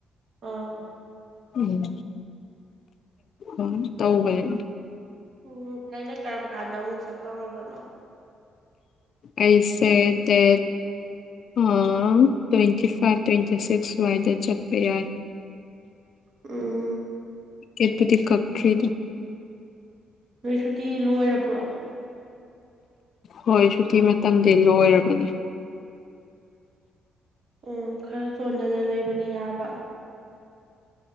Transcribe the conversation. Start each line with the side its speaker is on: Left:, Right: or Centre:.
Right: ꯑꯥ
Left: ꯎꯝ ꯎꯝ ꯇꯧ ꯀꯩꯅꯣ
Right: ꯎꯝ ꯅꯪꯅ ꯀꯔꯝ ꯀꯥꯟꯗ ꯑꯃꯨꯛ ꯆꯠꯇꯧꯔꯕꯅꯣ
Left: ꯑꯩꯁꯦ ꯗꯦꯠ ꯎꯝ ꯇ꯭ꯋꯦꯟꯇꯤ ꯐꯥꯏꯚ ꯇ꯭ꯋꯦꯟꯇꯤ ꯁꯤꯛꯁ ꯋꯥꯏꯗ ꯆꯠꯄ ꯌꯥꯏ
Right: ꯎꯝ
Left: ꯀꯦꯠꯄꯗꯤ ꯀꯄꯇꯔꯦꯗ
Right: ꯅꯣꯏ ꯁꯨꯇꯤ ꯂꯣꯏꯔꯕ꯭ꯔꯣ
Left: ꯍꯣꯏ ꯁꯨꯇꯤ ꯃꯇꯝꯗꯤ ꯂꯣꯏꯔꯕꯅꯦ
Right: ꯑꯣ ꯈꯔ ꯆꯣꯟꯗꯅ ꯂꯩꯕꯗꯤ ꯌꯥꯕ